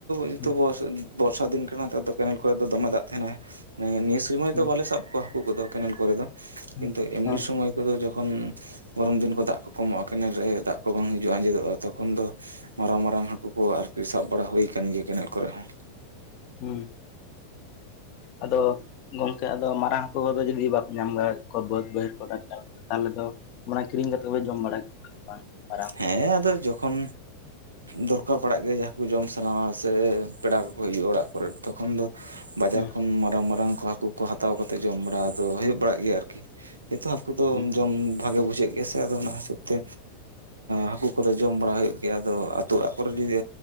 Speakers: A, on the right (about 75°); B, on the left (about 40°).
A: ᱦᱤᱛᱳᱜ
B: ᱦᱩᱸ
A: <unintelligible> ᱵᱚᱨᱥᱟ ᱫᱤᱱ ᱠᱟᱱᱟ ᱛᱚ ᱠᱮᱱᱮᱞ ᱠᱚᱨᱮ ᱫᱚ ᱫᱚᱢᱮ ᱫᱟᱜ ᱛᱟᱦᱮᱱᱟ ᱱᱤᱭᱟᱹ ᱥᱚᱢᱚᱭ
B: ᱦᱩᱸ
A: ᱫᱚ ᱵᱟᱞᱮ ᱥᱟᱵ ᱠᱚᱣᱟ ᱦᱟᱹᱠᱳ ᱠᱚᱫᱚ ᱠᱮᱱᱮᱞ ᱠᱚᱨᱮ ᱫᱚ
B: ᱦᱩᱸ
A: ᱠᱤᱱᱛᱩ ᱮᱢᱱᱤ
B: ᱦᱩᱸ
A: ᱥᱚᱢᱚᱭ <unintelligible> ᱫᱚ ᱡᱚᱠᱷᱚᱱ ᱜᱚᱨᱚᱢ ᱫᱤᱱ ᱠᱚ ᱫᱟᱜ ᱠᱚ ᱠᱚᱢᱚᱜᱼᱟ ᱠᱮᱱᱮᱞ ᱨᱮ ᱫᱟᱜ ᱠᱚ ᱵᱟᱝ ᱦᱤᱡᱩᱜᱼᱟ ᱟᱸᱡᱮᱫᱚᱜᱼᱟ ᱛᱚᱠᱷᱚᱱ ᱫᱚ ᱢᱟᱨᱟᱝ ᱢᱟᱨᱟᱝ ᱦᱟᱹᱠᱳ ᱠᱚ ᱟᱨᱠᱤ ᱥᱟᱵ ᱵᱟᱲᱟ ᱦᱳᱭ ᱟᱠᱟᱱ ᱜᱮᱭᱟ ᱠᱮᱱᱮᱞ ᱠᱚᱨᱮ ᱦᱚᱸ
B: ᱦᱩᱸ ᱟᱫᱚ ᱜᱚᱝᱠᱮ ᱟᱫᱚ ᱢᱟᱨᱟᱝ ᱦᱟᱠᱳ ᱠᱚᱫᱚ ᱡᱩᱫᱤ ᱵᱟᱯᱮ ᱧᱟᱢ ᱵᱟᱲᱟ ᱠᱚᱣᱟ ᱵᱟᱹᱫ ᱵᱟᱹᱭᱦᱟᱹᱲ ᱠᱚᱨᱮ ᱛᱟᱦᱚᱞᱮ ᱫᱚ ᱢᱟᱱᱮ ᱠᱤᱨᱤᱧ ᱠᱟᱛᱮ ᱯᱮ ᱡᱚᱢ ᱵᱟᱲᱟ ᱠᱮᱫ ᱠᱚᱣᱟ ᱥᱮ ᱵᱟᱝ ᱢᱟᱨᱟᱝ
A: ᱦᱮᱸ ᱟᱫᱚ ᱡᱚᱠᱷᱚᱱ ᱫᱚᱨᱠᱟᱨ ᱯᱟᱲᱟᱜ ᱜᱮᱭᱟ ᱡᱟᱦᱟᱸ ᱠᱚ ᱡᱚᱢ ᱥᱟᱱᱟᱣᱟ ᱥᱮ ᱯᱮᱲᱟ ᱠᱚᱠᱚ ᱦᱤᱡᱩ-ᱟ ᱚᱲᱟᱜ ᱠᱚᱨᱮᱜ ᱛᱚᱠᱷᱚᱱ ᱫᱚ ᱵᱟᱡᱟᱨ
B: ᱦᱩᱸ
A: ᱠᱷᱚᱱ ᱢᱟᱨᱟᱝ ᱢᱟᱨᱟᱝ ᱠᱚ ᱦᱟᱹᱠᱩ ᱠᱚ ᱦᱟᱛᱟᱣ ᱠᱟᱛᱮᱫ ᱡᱚᱢ ᱵᱟᱲᱟ ᱫᱚ ᱦᱳᱭᱳᱜ ᱵᱟᱲᱟᱜ ᱜᱮᱭᱟ ᱟᱨᱠᱤ <unintelligible> ᱩᱱᱠᱩ ᱫᱚ
B: ᱦᱩᱸ
A: ᱡᱚᱢ ᱵᱷᱟᱜᱮ ᱵᱩᱡᱷᱟᱹᱜ ᱜᱮᱭᱟ ᱥᱮ ᱟᱫᱚ ᱚᱱᱟ ᱦᱤᱥᱟᱹᱵ ᱛᱮ ᱦᱟᱟᱹᱠᱳ ᱠᱚᱫᱚ ᱡᱚᱢ ᱵᱟᱲᱟ ᱦᱳᱭᱳᱜ ᱜᱮᱭᱟ ᱟᱫᱚ ᱟᱛᱳ ᱚᱲᱟᱜ ᱠᱚᱨᱮ ᱡᱩᱫᱤ